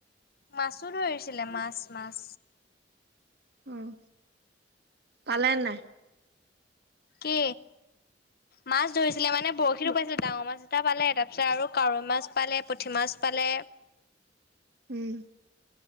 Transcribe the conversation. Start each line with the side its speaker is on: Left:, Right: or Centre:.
Left: মাছো ধৰিছিলে মাছ মাছ।
Right: উম, পালে নাই?
Left: কি মাছ ধৰিছিলে মানে বৰশীটো পাইছিলে ডাঙৰ মাছ এটা পালে তাৰ পিছত আৰু কাৱৈ মাছ পালে পুঠি মাছ পালে।
Right: উম।